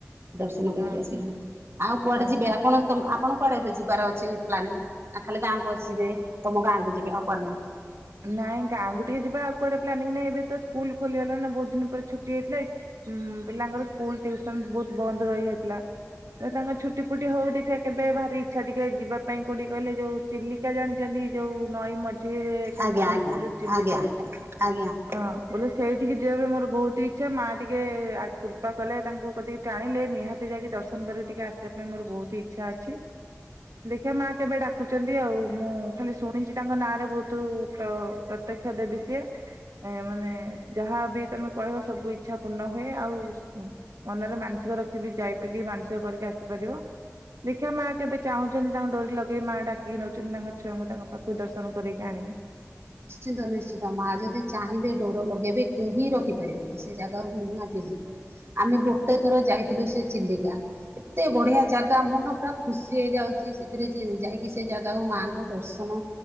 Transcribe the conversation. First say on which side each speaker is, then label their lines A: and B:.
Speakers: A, on the right (about 50°); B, on the right (about 85°).
A: ଦର୍ଶନ କରିକି
B: ହଁ ହଁ
A: ଆସିବା ଆଉ କୁଆଡେ
B: ହଁ।
A: ଯିବେ
B: ହଁ।
A: ଆପଣ ଆପଣ କୁଡେ ଏବେ ଯିବାର ଅଛି ପ୍ଲାନି ନା ଖାଲି ଗାଁକୁ ଆସିବେ ତମ ଗାଁ କକୁ ଯିବି ଆଉ କୁଆଡେ ନହିଁ?
B: ନାଇଁ ଗାଁକୁୁ ଟିକେ ଯିବା ଆଉ କୁଆଡେ ପ୍ଲାନିଂ ନାଇଁ ଏବେ ତ ସ୍କୁଲ ଖୋଲିଗଲା ନା ବହୁତ ଦିନ ପରେ ଛୁଟି ହୋଇଥିଲା। ଉଁ ପିଲାଙ୍କର ସ୍କୁଲ ଟିୁସନ ବହୁତ ବନ୍ଦ ରହି ହୋଇଥିଲା ତାଙ୍କର ଛୁଟି ଗୋଟ ହ ଦେଖ କେବେ ଭାରି ଇଛା ଟି ଯିବା ପାଇଁ କୋଉଠି କହିଲେ ଯୋଉ ଚିଲିକା ଜାଣିଛନ୍ତି ଯୋଉ ନଈ ମଝିରେ ସମୁଦ୍ର
A: ଆଜ୍ଞା ଆଜ୍ଞା
B: ମଧ୍ୟରେ ଯୋଉ ଚିଲିକା
A: ଆଜ୍ଞା
B: ଅଛି
A: ଆଜ୍ଞା।
B: ହଁ ବୋଲେ ସେଇଠିକି ଯିବା ପାଇଁ ମୋର ବହୁତ ହି ଇଛା ମା ଟିକେ କୃପା କଲେ ତାଙ୍କୁ କଦକି ଟାଣିଲେ ନିହାତି ଯାଇକି ଦର୍ଶନ କରିକିିକେ ଆସିବା ପାଇଁ ମୋର ଭଲ ବହୁତ ଇଚ୍ଛା ଅଛି। ଦେଖିବା ମା କେବେ ଡାକୁଛନ୍ତି ଆଉ ମୁଁ ଖାଲି ଶୁଣିଛି ତାଙ୍କ ନାଁରେ ବହୁତ ତୁ ପ୍ର ପ୍ରତ୍ୟକ୍ଷ ଦେବି ସି ଏ ମାନେ ଯାହାବ ତମେ କହିବ ସବୁ ଇଛା ପୂର୍ଣ୍ଣ ହୁଏ ଆଉ ମନରେ ମାନସ ରଖିବି ଯାଇପିକି ମାନସିକ କରିକି ଆସିପାରିବ। ଦେଖିବା ମାଆ କେବେ ଚାହୁଁଛନ୍ତି, ତାଙ୍କ ଡୋରି ଲଗେଇ ମାଆ ଡାକିକି ନଉଛନ୍ତି ତାଙ୍କ ଛୁଆଙ୍କୁ ତାଙ୍କ ପାଖକୁ ଦର୍ଶନ କରକି ଜାଣିବେ।
A: ନିଶ୍ଚିନ୍ତ ନିଶ୍ଚିନ୍ତ ମା ଯଦି ଚାହିଁବେ ଡୋର ଲଗେଇବେ କେହିଁ ରଖି ପାରିବେନି ସେ ଜାଗାକୁ ନିହାତି ଆମେ ଗୋଟେ ଥର ଯାଇଥିଲୁ, ସେ ଚିଲିକା ଏତେ ବଢିଆ ଜାଗା ମନ ପୁରା ଖୁସି ହେଇଯାଉଛି ସେଥିରେ ଯାଇକି ସେ ଜାଗା ଆଉ ମାଙ୍କ ଦର୍ଶନ